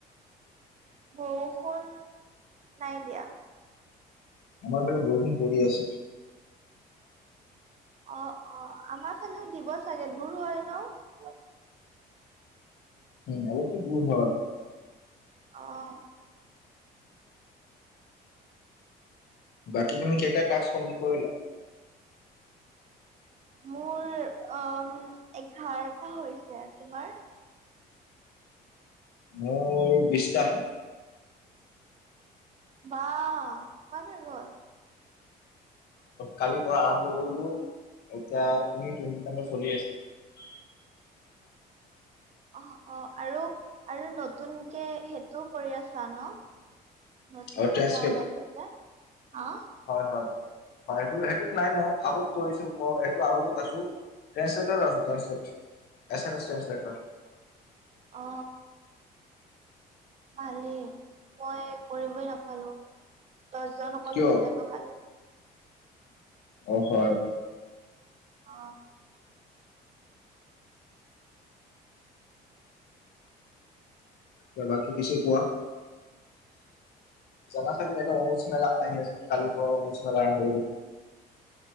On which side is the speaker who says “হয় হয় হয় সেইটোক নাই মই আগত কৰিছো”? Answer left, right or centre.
Left